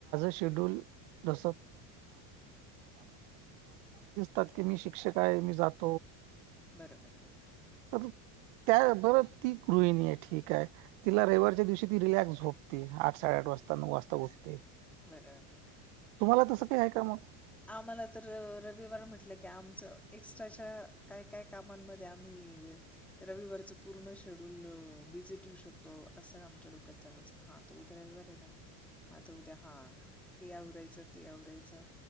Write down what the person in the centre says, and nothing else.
बरं बरं बरं
बर बर बर
आम्हाला तर रविवार म्हटलं की आमच एक्स्ट्राच्या काय काय कामांमध्ये आम्ही रविवारच पूर्ण शेड्यूल बिझी ठेवू शकतो असं आमच्या डोक्यात चालू असत हा तो उद्या रविवार आहे ना, मग आता उद्या हा हे आवरायचं ते, आवरायचं.